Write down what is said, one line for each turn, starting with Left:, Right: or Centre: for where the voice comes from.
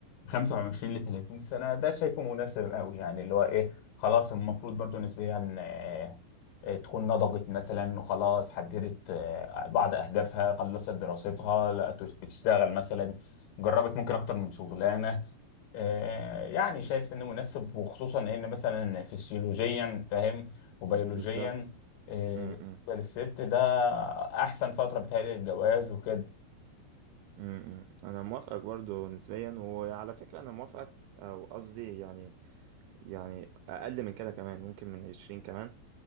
Left: 25 ل 30 سنه ده شايفه مناسب قوي يعني اللي هو ايه خلاص المفروض برضو نسبيا آه، آه، تكون نضجت مثلا وخلاص حددت آه، بعض اهدافها خلصت دراستها لقت بتشتغل مثلا جربت ممكن اكتر من شغلانه آه، يعني شايف سن مناسب وخصوصا ان مثلا فسيولوجيا فاهم وبيولوجيا
Right: بالظبط
Left: آه،
Right: امم
Left: بالنسبة للست ده أحسن فترة بتهيألي للجواز وكده
Right: امم انا موافقك برضو نسبيا وعلى فكرة انا موافقك او قصدي يعني يعني اقل من كده كمان ممكن من عشرين كمان